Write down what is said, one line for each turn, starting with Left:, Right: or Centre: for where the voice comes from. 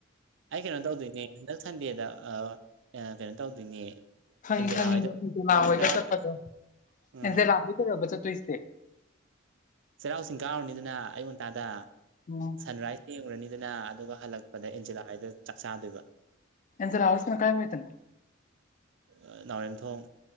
Right: ꯑꯩ ꯀꯩꯅꯣ ꯇꯧꯗꯣꯏꯅꯦ ꯍꯟꯗꯛ ꯁꯟꯗꯦꯗ ꯑꯍ ꯑꯥ ꯀꯩꯅꯣ ꯇꯧꯗꯣꯏꯅꯦ
Left: ꯈꯪꯉꯤ
Right: ꯑꯦꯟꯖꯦꯂꯥ
Left: ꯈꯪꯉꯤ
Right: ꯍꯣꯏꯗ
Left: ꯏꯟꯖꯦꯂꯥ
Right: ꯆꯥꯛ
Left: ꯍꯣꯏꯗ
Right: ꯆꯥꯔꯨꯗꯣꯏꯅꯦ
Left: ꯆꯠꯄꯗꯣ
Right: ꯎꯝ
Left: ꯏꯟꯇꯦꯂꯥ ꯍꯣꯏꯗꯔꯕ ꯆꯠ ꯇꯣꯏꯁꯦ
Right: ꯆꯩꯔꯥꯎ ꯆꯤꯡ ꯀꯥꯎꯔꯅꯤꯗꯅ ꯑꯌꯨꯛ ꯉꯟꯇꯥꯗ
Left: ꯎꯝ
Right: ꯁꯟꯔꯥꯏꯁ ꯊꯦꯡꯉꯨꯔꯅꯤꯗꯅ ꯑꯗꯨꯒ ꯍꯜꯂꯛꯄꯗ ꯑꯦꯟꯖꯦꯂꯥ ꯍꯣꯏꯗ ꯆꯥꯛꯆꯥꯥꯗꯨꯏꯕ
Left: ꯑꯦꯟꯖꯦꯂꯥ ꯍꯣꯏꯁꯤꯅ ꯀꯥꯏ ꯋꯥꯏꯗꯅꯣ
Right: ꯑꯥ ꯅꯥꯎꯔꯦꯝꯊꯣꯡ